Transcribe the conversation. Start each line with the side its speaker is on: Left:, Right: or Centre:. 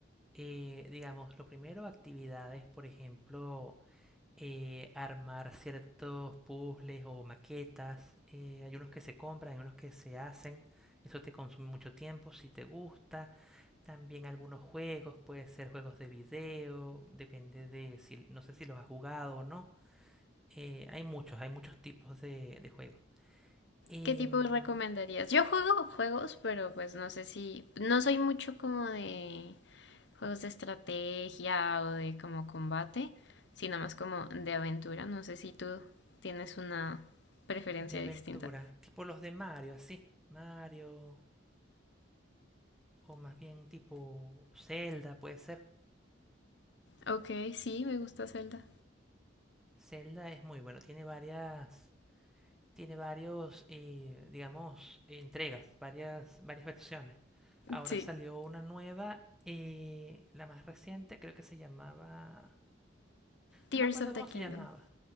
Centre: eh, digamos, lo primero, actividades, por ejemplo, eh, armar ciertos puzzles o maquetas. eh, hay unos que se compran, hay unos que se hacen. Eso te consume mucho tiempo, si te gusta. También algunos juegos, puede ser juegos de video, depende de si, no sé si los has jugado o no. Eh, hay muchos, hay muchos tipos de, de juegos. Em,
Left: ¿Qué tipo recomendarías? Yo juego juegos, pero pues no sé si, no soy mucho como de juegos de estrategia o de como combate, sino más como de aventura. No sé si tú tienes una preferencia
Centre: de aventura,
Left: distinta.
Centre: tipo los de Mario, así. Mario, o más bien tipo Zelda, puede ser.
Left: Ok, sí, me gusta Zelda.
Centre: Zelda es muy bueno, tiene varias, tiene varios, eh, digamos, entregas, varias, varias versiones. Ahora
Left: Sí,
Centre: salió una nueva, eh, la más reciente, creo que se llamaba,
Left: Tears
Centre: no me acuerdo
Left: of the
Centre: cómo
Left: Kingdom.
Centre: se llamaba.